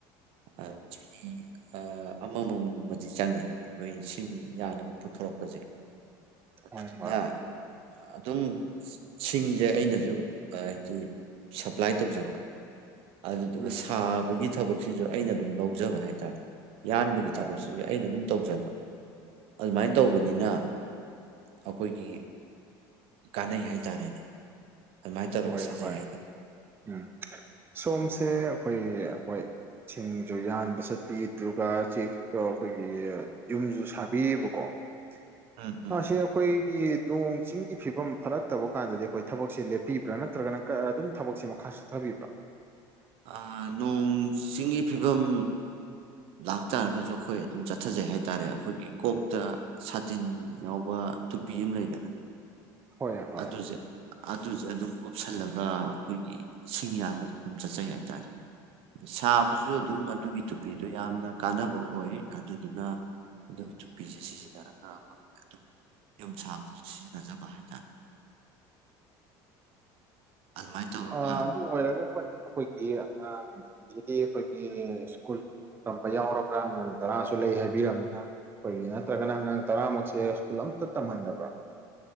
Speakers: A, on the right; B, on the right.
A: ꯑ ꯆꯍꯤ ꯑ ꯑꯃꯃꯝꯃꯗꯤ ꯆꯪꯉꯤ ꯑꯈꯣꯏ ꯁꯤꯡ ꯌꯥꯜꯂꯒ ꯄꯨꯊꯣꯔꯛꯄꯖꯦ ꯑꯗꯨꯗꯨꯅ
B: ꯍꯣꯏ ꯍꯣꯏ ꯍꯣꯏ
A: ꯑꯗꯨꯝ ꯁꯤꯡꯁꯦ ꯑꯩꯅꯁꯨ ꯑ ꯁꯤ ꯁꯄ꯭ꯂꯥꯏ ꯇꯧꯖꯕ ꯑꯗꯨꯗꯨꯒ
B: ꯎꯝ
A: ꯁꯥꯕꯒꯤ ꯊꯕꯛꯁꯤꯁꯨ ꯑꯩꯅ ꯑꯗꯨꯝ ꯂꯧꯖꯕ ꯍꯥꯏꯇꯥꯔꯦ꯫ ꯌꯥꯟꯕꯒꯤ ꯊꯕꯛꯁꯤꯁꯨ
B: ꯑꯣ
A: ꯑꯩꯅ ꯑꯗꯨꯝ ꯇꯧꯖꯕ ꯑꯗꯨꯃꯥꯏꯅ ꯇꯧꯕꯅꯤꯅ ꯑꯩꯈꯣꯏꯒꯤ ꯀꯥꯟꯅꯩ ꯍꯥꯏꯇꯥꯔꯦꯅꯦ꯫ ꯑꯗꯨꯃꯥꯏꯅ ꯇꯧꯔꯒ
B: ꯍꯣꯏ
A: ꯁꯥꯖꯩ
B: ꯍꯣꯏ
A: ꯍꯥꯏꯇꯥꯔꯦ
B: ꯎꯝ ꯁꯣꯝꯁꯦ ꯑꯩꯈꯣꯏ ꯍꯣꯏ ꯁꯤꯡꯁꯨ ꯌꯥꯟꯕ ꯆꯠꯄꯤ ꯑꯗꯨꯒ ꯆꯦꯛꯇꯣ ꯑꯩꯈꯣꯏꯒꯤ ꯌꯨꯝꯁꯨ ꯁꯥꯕꯤꯌꯦꯕꯀꯣ꯫ <inaudible>
A: ꯎꯝ ꯎꯝ
B: ꯑꯁꯤ ꯑꯩꯈꯣꯏꯒꯤ ꯅꯣꯡ ꯆꯤꯡꯒꯤ ꯐꯤꯕꯝ ꯐꯔꯛꯇꯕ ꯀꯥꯟꯗꯗꯤ ꯑꯩꯈꯣꯏ ꯊꯕꯛꯁꯦ ꯂꯦꯞ ꯄꯤꯕ꯭ꯔꯥ ꯅꯠꯇ꯭ꯔꯒꯅ ꯑꯗꯨꯝ ꯊꯕꯛꯁꯦ ꯃꯈꯥ ꯁꯠꯊꯕꯤꯕ꯭ꯔꯥ꯫
A: ꯑꯥ ꯅꯣꯡ ꯆꯤꯡ ꯐꯤꯕꯝ ꯂꯥꯛꯇꯥꯔꯒꯁꯨ ꯑꯩꯈꯣꯏ ꯑꯗꯨꯝ ꯆꯠꯊꯖꯩ ꯍꯥꯏꯇꯥꯔꯦ ꯑꯩꯈꯣꯏꯒꯤ ꯀꯣꯛꯇ ꯁꯥꯇꯤꯟ ꯌꯥꯎꯕ ꯇꯨꯄꯤ ꯑꯃ ꯂꯩꯗꯅ
B: ꯍꯣꯏ ꯍꯣꯏ
A: ꯑꯗꯨꯁꯦ ꯑꯗꯨꯁꯦ ꯑꯗꯨꯝ ꯀꯨꯞꯁꯜꯂꯒ ꯑꯩꯈꯣꯏꯒꯤ ꯁꯤꯡ ꯌꯥꯝꯕꯁꯦ ꯑꯗꯨꯝ ꯆꯠꯆꯩ ꯍꯥꯏꯇꯔꯦ꯫ ꯁꯥꯕꯁꯨ ꯑꯗꯨꯝ ꯑꯗꯨꯒꯤ ꯇꯨꯄꯤꯗꯣ ꯌꯥꯝꯅ ꯀꯥꯟꯅꯕ ꯑꯣꯏ ꯑꯗꯨꯗꯨꯅ ꯑꯗꯨꯝ ꯇꯨꯞꯄꯤꯁꯦ ꯁꯤꯁꯤꯅꯔꯒ ꯑꯩꯈꯣꯏ
B: <inaudible>
A: ꯌꯨꯝ ꯁꯥꯕꯗꯁꯨ ꯁꯤꯖꯤꯟꯅꯖꯕ ꯍꯥꯏꯇꯥꯔꯦ ꯑꯗꯨꯃꯥꯏꯅ ꯇꯧꯔꯒ
B: ꯑ ꯑꯗꯨ ꯑꯣꯏꯔꯒ ꯍꯣꯏ ꯑꯩꯈꯣꯏꯒꯤ ꯑꯉꯥꯡ ꯍꯧꯖꯤꯗꯤ ꯑꯩꯈꯣꯏꯒꯤ ꯁ꯭ꯀꯨꯜ ꯇꯝꯕ ꯌꯥꯎꯔꯕ꯭ꯔꯥ ꯑꯉꯥꯡ ꯇꯔꯥꯁꯨ ꯂꯩ ꯍꯥꯏꯕꯤꯔꯝꯅꯤꯅ꯫ ꯑꯩꯈꯣꯏꯒꯤ ꯅꯠꯇ꯭ꯔꯒꯅ ꯑꯉꯥꯡ ꯇꯔꯥꯃꯛꯁꯦ ꯁ꯭ꯀꯨꯜ ꯑꯝꯇ ꯇꯝꯍꯟꯗꯕ꯫